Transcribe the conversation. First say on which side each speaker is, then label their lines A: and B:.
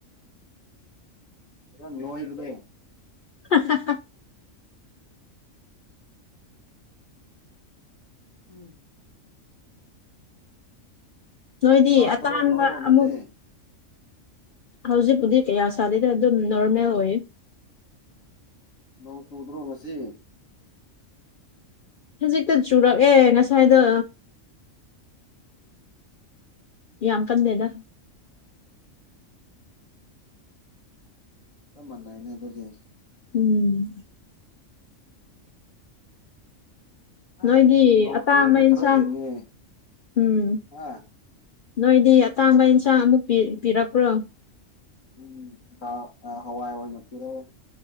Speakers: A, on the left; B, on the left.
A: ꯑꯣ ꯅꯣ ꯏꯔꯗ
B: <unintelligible>
A: ꯎꯝ
B: ꯅꯣꯏꯗꯤ
A: ꯁꯥꯗ꯭ꯔꯣ
B: ꯑꯇꯥꯡꯕ
A: ꯅꯣꯏꯔꯣꯝꯅꯗꯤ
B: ꯑꯃꯨꯛ ꯍꯧꯖꯤꯛꯄꯨꯗꯤ ꯀꯌꯥ ꯁꯥꯗꯦꯗ ꯑꯗꯨꯝ ꯅꯣꯔꯃꯦꯜ ꯑꯣꯏ
A: ꯅ ꯆ ꯎꯗ꯭ꯔꯣ ꯉꯁꯤ
B: ꯍꯧꯖꯤꯛꯇ ꯆꯨꯔꯛꯑꯦ ꯉꯁꯥꯏꯗ ꯌꯥꯝ ꯀꯟꯗꯦꯗ
A: ꯆꯃꯅ ꯏꯅꯦ ꯑꯗꯨꯒꯤ
B: ꯎꯝ
A: ꯑꯩ
B: ꯅꯣꯏꯒꯤ
A: ꯅꯣꯡ
B: ꯑꯇꯥꯕ
A: ꯆꯨꯔꯗꯤ
B: ꯑꯦꯟꯁꯥꯡ
A: ꯈꯔ ꯏꯪꯉꯦ
B: ꯎꯝ
A: ꯍꯥ
B: ꯅꯣꯏꯗꯤ ꯑꯇꯥꯡꯕ ꯑꯦꯟꯁꯥꯡ ꯑꯃꯨꯛ ꯄꯤꯔꯛꯄ꯭ꯔꯣ
A: ꯎꯝ ꯍꯋꯥ ꯑꯋꯥ ꯅꯔ